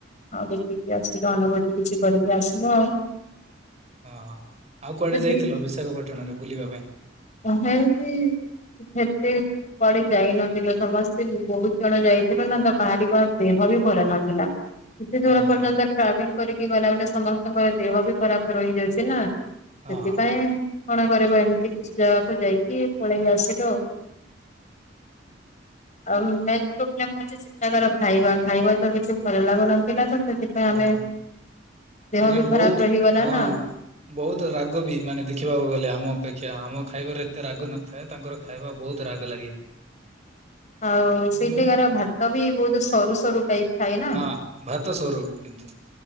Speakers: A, on the left; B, on the right.
A: ଆଉ ଦେଖିକି ଆସିଲୁ, ଅନୁଭୂତି କିଛି କରିକି ଆସିଲୁ ଆଉ।
B: ଓ ହୋ ଆଉ କୁଆଡେ
A: ସେଠି
B: ଯାଇଥିଲ, ବିଶାଖାପାଟନାରୁ ବୁଲିବା ପାଇଁ।
A: <unintelligible> ସେତେ କୁଆଡେ ଯାଇନଥିଲେ, ସମସ୍ତେ ବହୁତ ଜଣ ଯାଇ <unintelligible> କାହାରିଙ୍କ ଦେହ ବି ଭଲ ନଥିଲା, କେତେ ଦୂର
B: ହଁ
A: ପର୍ଯ୍ୟନ୍ତ ଟ୍ରାଭେଲ କରିକି ଗଲା ବେଲେ, ସମସ୍ତଙ୍କର ଦେହ ବି ଖରାପ ରହିଯାଉଛି ନା
B: ହଁ
A: ସେଥିପାଇଁ। କଣ କରିବୁ, ଏମିତି କିଛି ଜାଗାକୁ ଯାଇକି ପଳେଇ ଆସିଲୁ ଆଉ। ଆଉ ମେନ ପ୍ରୋବେଲମ ହଉଛି ଯେ ସେଠାକାର ଖାଇବା, ଖାଇବା ତ କିଛି ଭଲ ଲାଗୁନଥିଲା ତ ସେଥିପାଇଁ
B: ଖାଇବା
A: ଆମେ ଦେହ
B: ମାନେ
A: ବି
B: ବହୁତ
A: ଖରାପ ହେଇଗଲା
B: ହଁ
A: ନା।
B: ବହୁତ ରାଗ ବି, ମାନେ ଦେଖିବାକୁ ଗଲେ ଆମ ଅପେକ୍ଷା। ଆମ ଖାଇବାରେ ଏତେ ରାଗ ନଥାଏ, ତାଙ୍କର ଖାଇବା ବହୁତ ରାଗ ଲାଗେ।
A: ଆଉ ସେଇଠିକାର
B: ମୁଁ
A: ଭାତ ବି ବହୁତ ସରୁ ସରୁ ଟାଇପ ଥାଏ ନା।
B: ହଁ ଭାତ ସରୁ କିନ୍ତୁ